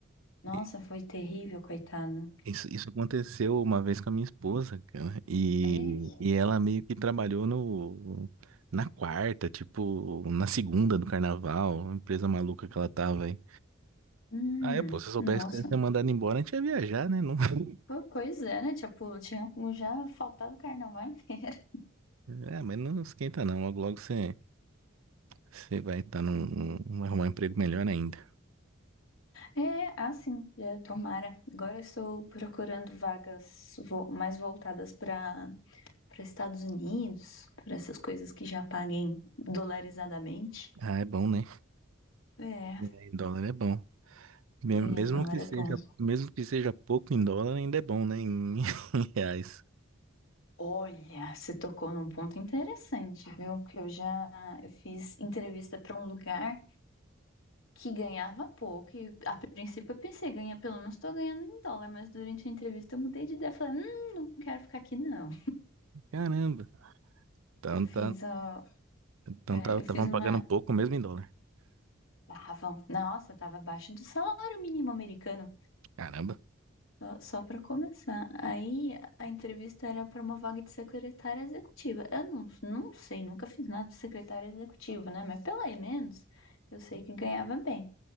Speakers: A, on the left; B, on the right.
A: Nossa,
B: E
A: foi terrível, coitado.
B: Isso, isso aconteceu uma vez com a minha esposa, cara. E,
A: É, é.
B: e ela meio que trabalhou no, na quarta, tipo, na segunda do carnaval, uma empresa maluca que ela tava aí.
A: Hum,
B: ah Aí, pô, se eu soubesse
A: nossa.
B: que você ia ser mandado embora, a gente ia viajar, né? Não, <laughs>
A: Po- Pois é, né? Tipo, tinha já faltado o carnaval inteiro. <laughs>
B: é, mas não esquenta não. Logo, logo você, você vai estar num, num- arrumar um emprego melhor ainda.
A: É, assim, é, tomara. Agora eu estou procurando vagas vo- mais voltadas para para Estados Unidos, para essas coisas que já paguem dolarizadamente.
B: Ah, é bom, né?
A: É,
B: É, em dólar é bom. Me-
A: ganhar
B: Mesmo
A: em dólar
B: que
A: é
B: seja,
A: bom.
B: mesmo que seja pouco em dólar, ainda é bom, né? Em, <laughs> em reais.
A: Olha, você tocou num ponto interessante, viu? Que eu já eu fiz entrevista para um lugar. que ganhava pouco. E a princípio eu pensei, ganha, pelo menos tô ganhando em dólar, mas durante a entrevista eu mudei de ideia. Falei, hum, não quero ficar aqui, não.
B: Caramba. Então,
A: Eu fiz,
B: tá,
A: ó,
B: então
A: é,
B: tá-
A: eu
B: tavam
A: fiz uma.
B: pagando pouco mesmo em dólar.
A: Tava, nossa, tava abaixo do salário mínimo americano.
B: Caramba.
A: Só, só para começar. Aí a entrevista era para uma vaga de secretária executiva. Eu não, não sei, nunca fiz nada de secretária executiva, né? Mas pelo menos eu sei que ganhava bem.